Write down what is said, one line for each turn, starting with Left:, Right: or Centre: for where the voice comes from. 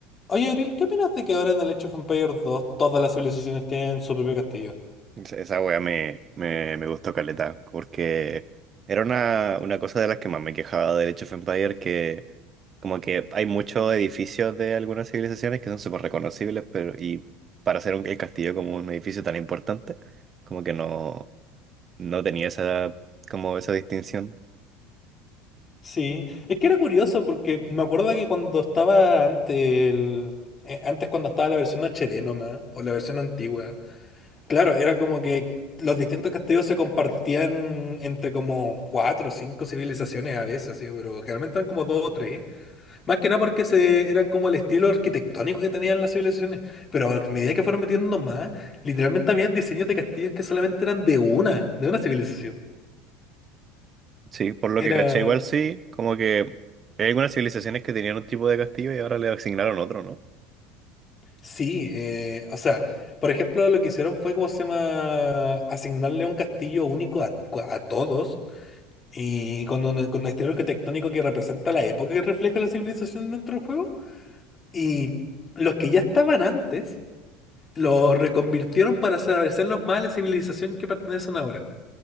Left: Oye, Abril, ¿qué opinas de que ahora en el Age of Empires 2 todas las civilizaciones tienen su propio castillo?
Right: Esa esa wea me, me, me gustó caleta, porque era una, una cosa de las que más me quejaba del Age of Empires, que como que hay muchos edificios de algunas civilizaciones que son súper reconocibles, pero y para hacer un, el castillo como un edificio tan importante, como que no, no tenía esa, como esa distinción.
Left: Sí, es que era curioso porque me acuerdo que cuando estaba antes el... eh, antes cuando estaba la versión HD nomás, o la versión antigua, claro, era como que los distintos castillos se compartían entre como cuatro o cinco civilizaciones a veces, así, pero generalmente eran como dos o tres. Más que nada porque se, eran como el estilo arquitectónico que tenían las civilizaciones. Pero a medida que fueron metiendo más, literalmente habían diseños de castillos que solamente eran de una, de una civilización.
Right: Sí, por lo
Left: Era.
Right: que caché igual sí, como que hay algunas civilizaciones que tenían un tipo de castillo y ahora le asignaron otro, ¿no?
Left: Sí, eh, o sea, por ejemplo, lo que hicieron fue, cómo se llama? Asignarle un castillo único a, a todos y con un, con un estilo arquitectónico que representa la época que refleja la civilización dentro del juego. Y los que ya estaban antes, los reconvirtieron para hacer- hacerlos más a la civilización que pertenecen ahora.